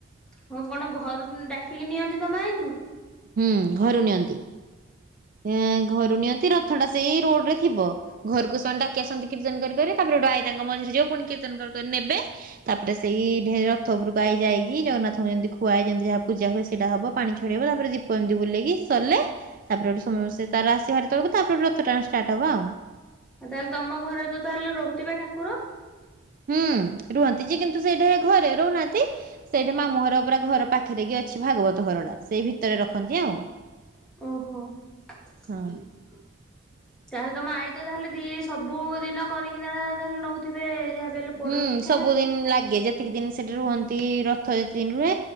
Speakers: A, in the centre; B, on the right.
A: ହଁ କଣ ଘରୁ ଡାକିକି ନିଅନ୍ତି ତମ ଆଈଙ୍କୁ?
B: ହୁଁ ଘରୁ ନିଅନ୍ତି, ଏଁ ଘରୁ ନିଅନ୍ତି ରଥଟା ସେଇ ରୋଡରେ ଥିବ ଘରକୁ ସେମାନେ ଡାକି ଆସନ୍ତି କୀର୍ତ୍ତନ କରି କରି ତାପରେ ହେଇଠୁ ଆଈ ତାଙ୍କ ମଝିରେ ଯିବ ପୁଣି କୀର୍ତ୍ତନ କରି କରି ନେବେ ତାପରେ ସେଇ ରଥ ଉପରକୁ ଆଈ ଯାଇକି ଜଗନ୍ନାଥଙ୍କୁ ଯେମିତି ଖୁଆଏ ଯେମିତି ଯାହା ପୂଜା ହୁଏ ସେଇଟା ହବ ପାଣି ଛଡେଇ ହବ ତାପରେ ଦୀ ପ ଏମିତି ବୁଲେଇକି ସରିଲେ ତାପରେ ଗୋଟେ ସମସ୍ତେ ତ ଆସିବେହେରି ତଳକୁ ତାପରେ ରଥ ଟାଣ ଷ୍ଟାର୍ଟ ହବ ଆଉ
A: ଆଉ ତାହେଲେ ତମ ଘରେ ତ ତାହେଲେ ରହୁଥିବେ ଠାକୁର?
B: ହୁଁ ରୁହନ୍ତି ଯେ କିନ୍ତୁ ସେଇଟା ଘରେ ରହୁନାହାନ୍ତି ସେଇଟା ମାମୁଁ ଘର ପୁରା ଘର ପାଖରେ କି ଅଛି ଭାଗବତ ଘରଟା ସେଇ ଭିତରେ ରଖନ୍ତି ଆଉ
A: ଓହୋଃ।
B: ହଁ।
A: ତାହେଲେ ତମ ଆଈ ତ ତାହେଲେ ଦି ସବୁ ଦିନ କରିକିନା ତାହେଲେ ନଉଥିବେ ଯାହାବି ହେଲେ ପୋଡ
B: ହୁଁ
A: ପିଠା
B: ସବୁଦିନ ଲାଗେ ଯେତିକି ଦିନ ସେଠି ରୁହନ୍। ଏମତି ରଥ ଯେତେ ଦିନ ରୁହେ